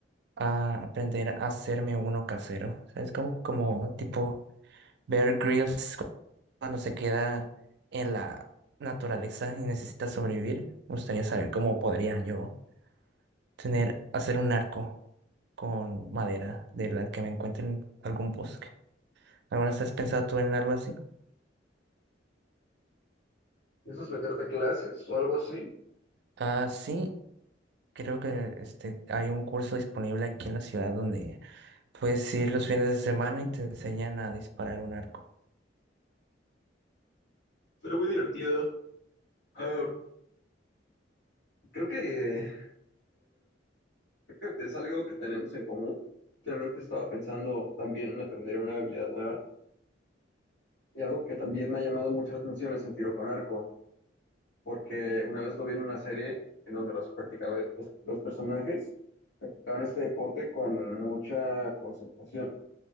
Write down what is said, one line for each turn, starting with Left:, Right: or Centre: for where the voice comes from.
Right: a aprender a hacerme uno casero. ¿Sabes? Como, como tipo Bear Grylls cuando se queda en la naturaleza y necesita sobrevivir. Me gustaría saber cómo podría yo tener, hacer un arco con madera de la que me encuentre en algún bosque. ¿Alguna vez has pensado tú en algo así?
Left: ¿Piensas meterte a clases o algo así?
Right: Ah, sí, creo que este, hay un curso disponible aquí en la ciudad donde puedes ir los fines de semana y te enseñan a disparar un arco.
Left: Pero muy divertido. Ah, creo que, eh, creo que es algo que tenemos en común. Últimamente estaba pensando también en aprender una habilidad nueva y algo que también me ha llamado mucho la atención es el tiro con arco, porque una vez lo vi en una serie en donde los, practicaba, los, los personajes practicaban este deporte con mucha concentración.